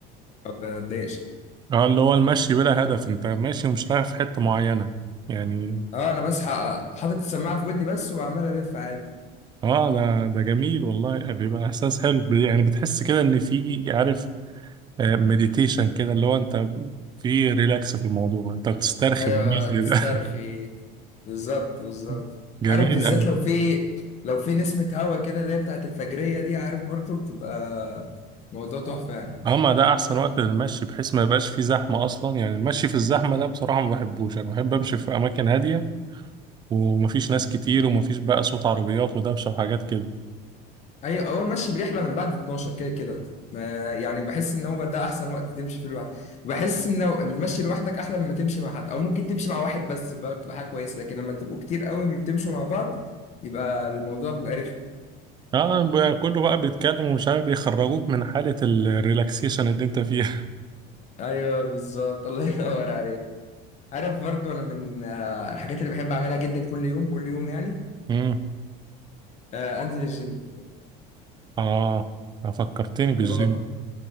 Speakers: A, on the left; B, on the right.
A: ما بتضايقش
B: اه اللي هو المشي بلا هدف انت ماشي ومش رايح في حتة معينة يعني
A: أه أنا بس ح- حاطط السماعة في ودني بس وعمال ألف عادي
B: اه ده ده جميل والله بيبقى احساس حلو ب- يعني بتحس كده ان في عارف مديتيشن كده اللي هو انت في ريلاكس في الموضوع انت بتسترخي
A: ايوه
B: بالميز
A: تسترخي
B: كده
A: بالظبط بالظبط
B: <laughs> جميل
A: عارف بالذات
B: قوي
A: لو في لو في نسمة هوا كده اللي هي بتاعت الفجرية دي عارف برضه بتبقى موضوع تحفة يعني
B: اه ما ده احسن وقت للمشي بحيث ما يبقاش فيه زحمة اصلا يعني المشي في الزحمة ده بصراحة ما بحبوش انا بحب امشي في اماكن هادية ومفيش ناس كتير ومفيش بقى صوت عربيات ودوشة وحاجات كده
A: ايوه اول مشي بيحلى من بعد 12 كده كده ما يعني بحس ان هو ده احسن وقت تمشي فيه لوحدك بحس ان المشي لوحدك احلى مما تمشي مع حد او ممكن تمشي مع واحد بس يبقى بتبقى حاجة كويسة لكن لما تبقوا كتير قوي بتمشوا مع بعض يبقى الموضوع بيبقى رخم
B: اه ب- كله بقى بيتكلم ومش عارف بيخرجوك من حالة الريلاكسيشن اللي انت فيها <laughs>
A: ايوه بالظبط <laughs> الله ينور عليك عارف برضو انا من آه، الحاجات اللي بحب اعملها جدا كل يوم كل يوم يعني
B: امم
A: آه، انزل الجيم
B: اه اه، فكرتني بالجيم
A: ما بف...